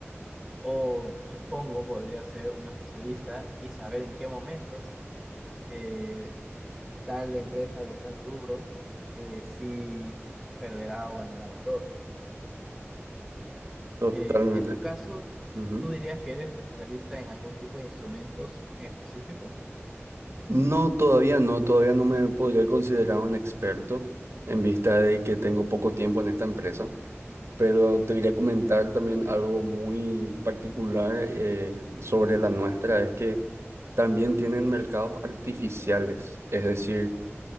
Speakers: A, in the centre; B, on the right (about 70°).
A: O supongo podría ser un especialista y saber en qué momentos eh, tal empresa de tal rubro eh, si perderá o ganará valor.
B: Totalmente.
A: Eh, en tu caso,
B: Ujú.
A: ¿tú dirías que eres especialista en algún tipo de instrumentos en específico?
B: No, todavía no, todavía no me podría considerar un experto en vista de que tengo poco tiempo en esta empresa, pero te quería comentar también algo muy particular eh, sobre la nuestra, es que también tienen mercados artificiales, es decir,